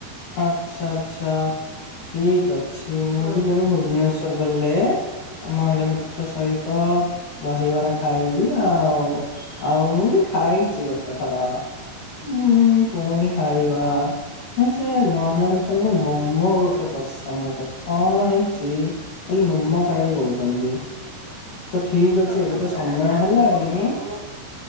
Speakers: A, on the left; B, on the right.
A: ଆଚ୍ଛା ଆଚ୍ଛା ଠିକ୍ ଅଛି ମୁଁ
B: ହୁଁ
A: ବି କେବେ ଭୁବନେଶ୍ଵର ଗଲେ ମହିଳା ମିତ୍ର ସହିତ ଦହିବରା ଖାଇବି ଆଉ। ଆଉ ମୁଁ ବି ଖାଇଛି ଗୋଟେ ଥର ଉଁ ପୁଣି ଖାଇବା ହଁ ସେ ମହିଳା ମିତ୍ରଙ୍କୁ ମୋମୋ ଗୋଟେ ପସନ୍ଦ ଗୋଟେ କଣ ହେଇଛି ଖାଲି ମୋମୋ ଖାଇକବେ କହୁଛନ୍ତି। ତ ଠିକ୍ ଅଛି
B: ହଁ
A: ଏବେ
B: ଆପଣ
A: ତ ସମୟ
B: ତାଙ୍କୁ
A: ହେଲାଣି
B: ମୋମୋ